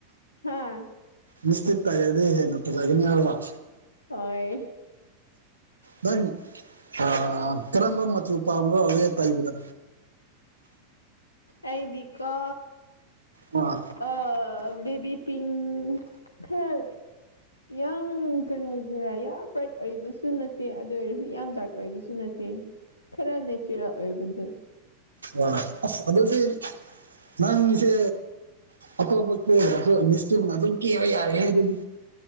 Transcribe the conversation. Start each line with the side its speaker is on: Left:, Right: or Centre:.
Left: ꯍꯥꯥ
Right: ꯂꯤꯞꯇꯤꯞ ꯇꯩꯔꯗꯤ ꯍꯦꯟꯅ ꯐꯖꯒꯅꯤ ꯍꯥꯏꯕ
Left: ꯍꯣꯏ
Right: ꯅꯪ ꯑ ꯀꯔꯝꯕ ꯃꯆꯨ ꯄꯥꯝꯕꯔꯣ ꯔꯦꯗ ꯇꯩꯕꯗ
Left: ꯑꯩꯗꯤꯀꯣ
Right: ꯑꯥ
Left: ꯑ ꯕꯤꯕꯤ ꯄꯤꯡ ꯈꯔꯥ ꯌꯥꯝ ꯀꯔꯤ ꯍꯥꯏꯒꯦꯔꯥ ꯌꯥꯝ ꯕ꯭ꯔꯥꯏꯠ ꯑꯣꯏꯕꯁꯨ ꯅꯠꯇꯦ ꯑꯗꯨ ꯑꯣꯏꯔꯁꯨ ꯌꯥꯝ ꯗꯥꯔꯛ ꯑꯣꯏꯕꯁꯨ ꯅꯠꯇꯦ ꯈꯔ ꯅꯦꯆ꯭ꯔꯔꯦꯜ ꯑꯣꯏꯕꯗꯨ
Right: ꯑꯥ ꯑꯁ ꯑꯗꯨꯗꯤ ꯅꯪꯁꯦ ꯑꯇꯣꯞꯄ ꯀꯗꯔꯁꯨ ꯂꯤꯐꯁꯇꯤꯛ ꯑꯃꯥ ꯑꯗꯨꯝ ꯀꯦꯕ ꯌꯥꯔꯦꯍꯦ ꯑꯗꯨꯗꯤ